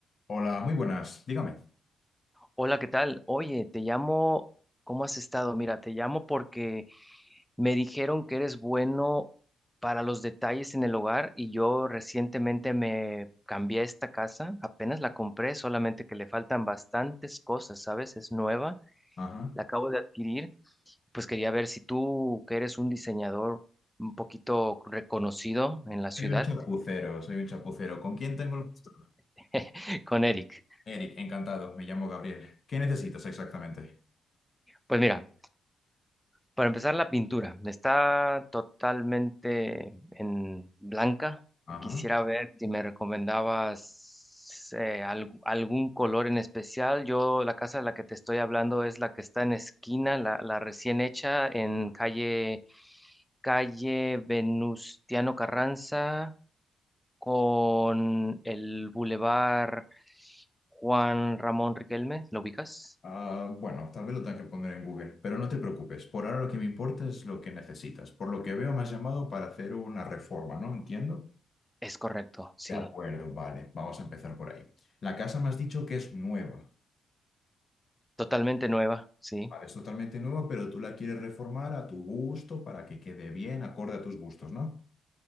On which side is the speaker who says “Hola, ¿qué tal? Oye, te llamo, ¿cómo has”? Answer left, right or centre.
Centre